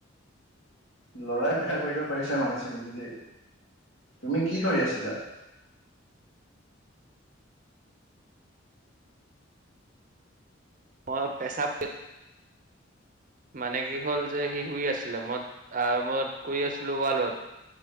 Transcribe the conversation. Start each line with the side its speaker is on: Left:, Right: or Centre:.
Left: লৰাই ফেকা কৰি দিব পাৰিছে মানিছে কিন্তু দেই তুমি কি কৰি আছিলা
Right: অ পেচাব মানে কি হ'ল যে সি শুই আছিলে মই মই কৰি আছিলো ৱালত